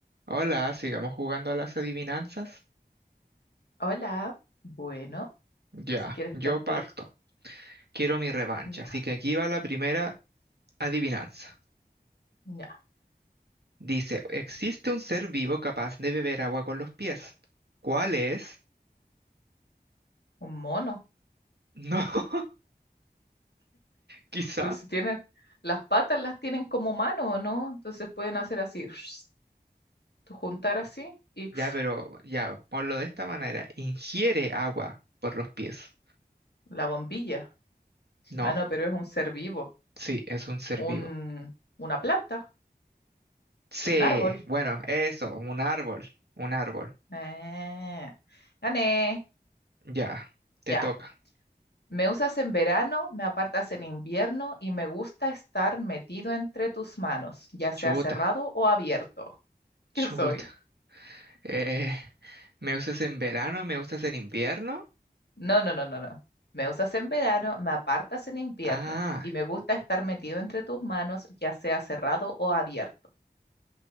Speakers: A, on the right; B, on the left.
A: Hola, sigamos jugando a las adivinanzas.
B: Hola, bueno,
A: Ya,
B: si quieres
A: yo
B: perder,
A: parto. Quiero mi revancha,
B: ya,
A: así que aquí va la primera adivinanza.
B: ya,
A: Dice, existe un ser vivo capaz de beber agua con los pies. ¿Cuál es?
B: un mono.
A: No, <laughs> quizá.
B: Pero si tienen, las patas las tienen como mano, ¿o no? Entonces pueden hacer así, <sniffs> tú juntar así y
A: Ya,
B: <sniffs>
A: pero ya, ponlo de esta manera. Ingiere agua por los pies.
B: la bombilla.
A: No,
B: Ah, no, pero es un ser vivo,
A: sí, es un ser
B: un,
A: vivo.
B: una planta,
A: Sí,
B: un árbol.
A: bueno, eso, un árbol, un árbol.
B: Eh, gané,
A: Ya, te
B: ya.
A: toca.
B: Me usas en verano, me apartas en invierno y me gusta estar metido entre tus manos, ya sea
A: Chuta,
B: cerrado o abierto. <laughs>
A: chuta.
B: ¿Qué soy?
A: Eh, ¿me usas en verano? ¿Me usas en invierno?
B: No, no, no, no, no. Me usas en verano, me apartas en invierno
A: Ah,
B: y me gusta estar metido entre tus manos, ya sea cerrado o abierto.